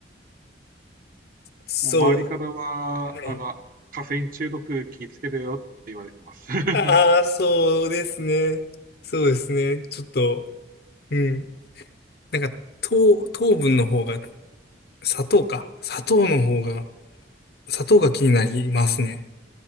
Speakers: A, on the left; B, on the right.
A: そう。
B: もう周りからは、
A: はい。
B: あの、カフェイン中毒気をつけるよって言われてます。<laughs>
A: ああ、そうですね。そうですね。ちょっと、うん。なんか、糖、糖分の方が、砂糖か。砂糖の方が、砂糖が気になりますね。